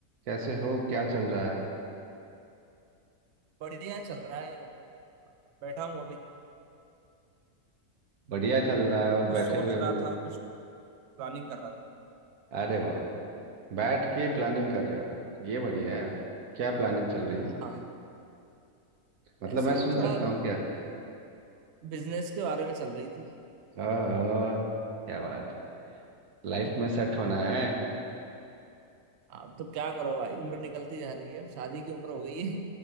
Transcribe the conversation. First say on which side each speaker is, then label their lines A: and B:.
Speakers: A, on the right (about 80°); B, on the right (about 65°).
A: कैसे हो क्या चल रहा है
B: बढ़िया चल रहा है बैठा हूँ अभी
A: बढ़िया चल रहा है और
B: कुछ
A: बैठे
B: सोच
A: हुए
B: रहा
A: भी हो
B: था कुछ प्लानिंग कर रहा
A: अरे वाह वाह बैठ के प्लानिंग कर रहे हो ये बढ़िया है क्या प्लानिंग चल रही
B: था
A: है
B: हाँ
A: मतलब
B: ऐसे
A: मैं सुन
B: ही थोड़ा
A: सकता हूँ क्या
B: बिजनेस के बारे में चल रही थी
A: हाँ हाँ। क्या बात लाइफ
B: <laughs>
A: में सेट होना है
B: अब तो क्या करो भाई उम्र निकलती जा रही है अब शादी की उम्र हो गई है